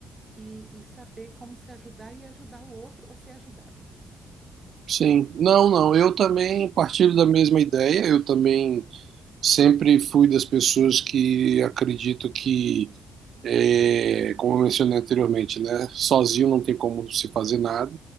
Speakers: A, on the right; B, on the right.
A: e, e saber como se ajudar e ajudar o outro ou ser ajudado.
B: Sim, não, não. Eu também partilho da mesma ideia. Eu também sempre fui das pessoas que acredito que é, como eu mencionei anteriormente, né? Sozinho não tem como se fazer nada.